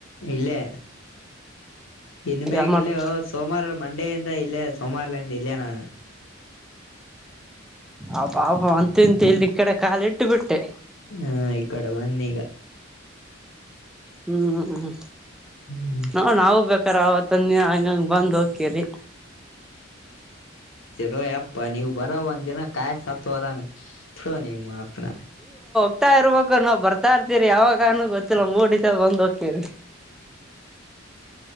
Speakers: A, on the left; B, in the centre.
A: ಇಲ್ಲೇ ಇನ್ ಮ್ಯಾಗ
B: ಯಾ ಮಾಡ್ರ
A: ಇಲ್ಲೇ ಸೋಮವಾರ ಮಂಡೆಯಿಂದ ಇಲ್ಲೇ ಸೋಮವಾರಲಿಂದ ಇಲ್ಲೇ ನಾನು
B: ಅಬಾಬ ಅಂತಂತ ಇಲ್ಲಿ ಈ ಕಡೆ ಕಾಲ ಇಟ್ಟು ಬಿಟ್ಟೆ
A: ಹಾ ಇ ಕಡೆ ಬನ್ನಿ ಈಗ
B: ಹ್ಮ್ ಹ್ಮ್
A: ಹ್ಮ್
B: ನಾ ನಾವವು ಬ ಅಕರ್ ಅವತನ್ ಹಂಗಂಗ ಬ್ ಹೋಗಕಿರಿ
A: ರೋಯ ಅಪ್ಪಾ ನೀವು ಬರೋ ಒಂದ್ನ ಕಾಯ್ ಸತ್ ಅದಾನ ನಿಮ್ಮ ಅಪ್ನ
B: ಇರ್ತ ಇರ್ಬೇಕು ನಾ್ ಬರ್ತಾರ್ತವಿ ರಿ ಯಾವಾಗಾನೂ ಗೊತ್ತಿಲ್ಲ ಮೂರ್ ದಿಸದ ಬಂದ್ ಹಕೇರಿ